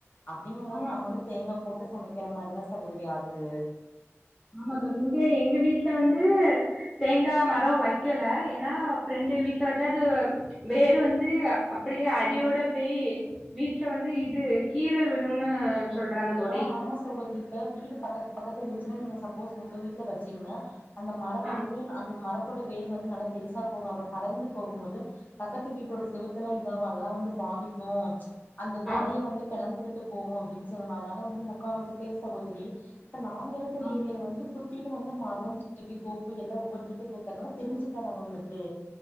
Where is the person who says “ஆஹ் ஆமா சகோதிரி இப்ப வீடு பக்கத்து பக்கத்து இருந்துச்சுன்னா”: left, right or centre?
Left